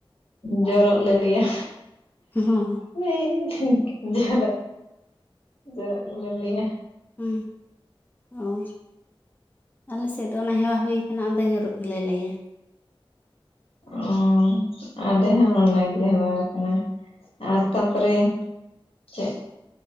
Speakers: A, on the left (about 80°); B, on the left (about 20°).
A: ᱡᱚᱨᱚᱜ ᱞᱮ ᱞᱟᱹᱭᱟ᱾
B: ᱦᱚᱸ
A: <inaudible> ᱡᱚᱨᱚᱜ, ᱡᱚᱨᱚᱜ ᱜᱮᱞᱮ ᱞᱟᱹᱭᱟ
B: ᱦᱮᱸ ᱚ ᱟᱞᱮ ᱥᱮᱫ ᱫᱚ ᱚᱱᱟ ᱦᱮᱣᱟ ᱦᱳᱭ ᱠᱟᱱᱟ ᱟᱫᱚ ᱧᱩᱨᱩᱜ ᱜᱮᱞᱮ ᱞᱟᱹᱭᱟ᱾
A: ᱚ ᱟᱞᱮ ᱦᱚᱸ ᱚᱱᱟ ᱜᱮᱞᱮ ᱦᱮᱣᱟ ᱠᱟᱱᱟ ᱟᱨ ᱛᱟᱯᱚᱨᱮ ᱪᱮᱫ,